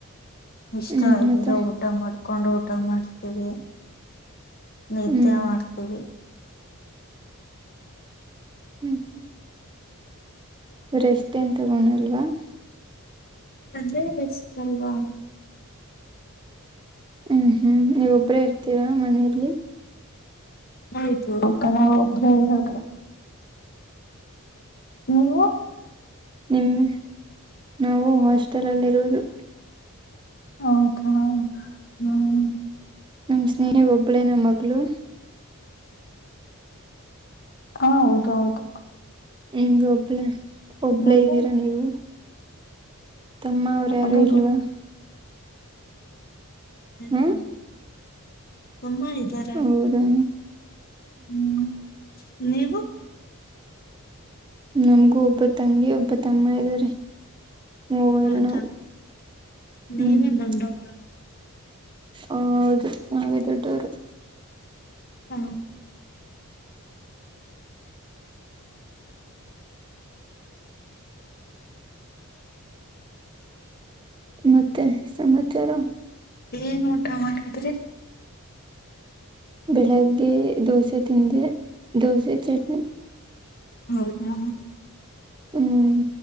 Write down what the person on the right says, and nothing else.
ಹ್ಮ್
ಮತ್ತೆ
ಹ್ಮ್
ಹ್ಮ್ ರೆಸ್ಟ್ ಎನ್ ತಗೋಳಲ್ವಾ
ಹ್ಮ್ ಹ್ಮ್ ನೀವೊಬ್ರೇ ಇರ್ತೀರಾ ಮನೆಯಲ್ಲಿ
ನಿಮ್ಮೆ ನಾವು ಹಾಸ್ಟೆಲ್ ಅಲ್ಲಿ ಇರೋದು
ನಮ್ಮ ಸ್ನೇಹಿ ಒಬ್ಬಳೇನ ಮಗಳು
ಹ <unintelligible> ಒಬ್ಳೇ ಒಬ್ಳೇ
ಇದ್ದೀರಾ ನೀವು ತಮ್ಮ ಅವ್ರು
ಯಾರು ಇಲ್ವಾ ಹಾ
ಹೌದಾ
ನಮಗೂ ಒಬ್ಬ ತಂಗಿ ಒಬ್ಬ ತಮ್ಮ ಇದ್ದಾರೆ ಮೂವರು
ನಾವು
ಹ್ಮ್
ಹೌದು ನಾವೇ ದೊಡ್ಡವರು
ಮತ್ತೆ ಸಮಾಚಾರ
ಬೆಳಗ್ಗೆ ದೋಸೆ ತಿಂದೆ ದೋಸೆ ಚಟ್ನಿ
ಹ್ಮ್